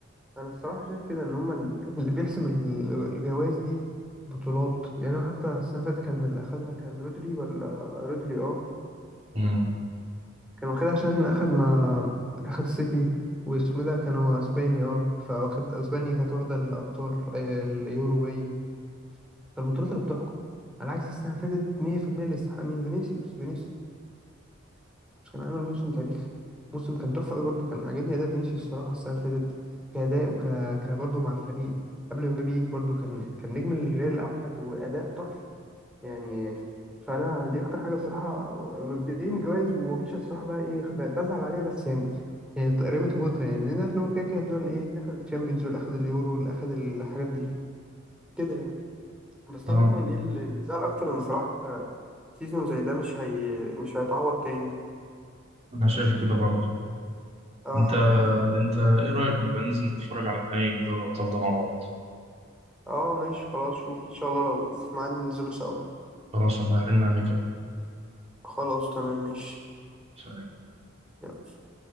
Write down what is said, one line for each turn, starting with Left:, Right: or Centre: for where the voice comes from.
Centre: أنا الصراحة شايف كده إن هما ال- اللي بيحسم ال- الجوائز دي بطولات يعني حتى السنة اللي فاتت كان اللي أخدها كان رودري ولا رودري آه،
Right: مم.
Centre: كان واخدها عشان اخد مع اخد سيتي واسمه ده كان هو اسباني اه فواخد اسبانيا كانت واخده الابطال آه، اليورو باين فالبطولات اللي بتحكم على عكس السنه اللي فاتت 100% اللي يستحق مين فينيسيوس فينيسيوس كان عامل موسم تاريخي موسم كان تحفه قوي برضه كان عاجبني اداء فينيسيوس الصراحه السنه اللي فاتت كاداء وك ك برضه مع الفريق قبل ما مبابي يجي برضه كان كان نجم الريال الاوحد واداء تحفه يعني فانا دي اكتر حاجه الصراحه مبدئيا الجواز وما بقتش الصراحه بقى ايه ب- بزعل عليها بس يعني يعني تقريبا تبوظها يعني لان عارف ان هم كده كده الدول ايه اللي اخد الشامبيونز واللي اخد اليورو واللي اخد الحاجات دي كده يعني بس طبعا
Right: اه
Centre: ايه اللي اللي زعل اكتر ان صراحه آه، سيزون زي ده مش هي مش هيتعوض تاني
Right: انا شايف كده برضه
Centre: اه
Right: انت انت ايه رايك نبقى ننزل نتفرج على نهائي دوري الابطال ده مع بعض
Centre: اه ماشي خلاص شوف ان شاء الله لو في ميعاد ننزله سوا
Right: خلاص انا هرن عليك
Centre: خلاص تمام ماشي
Right: سلام
Centre: يلا.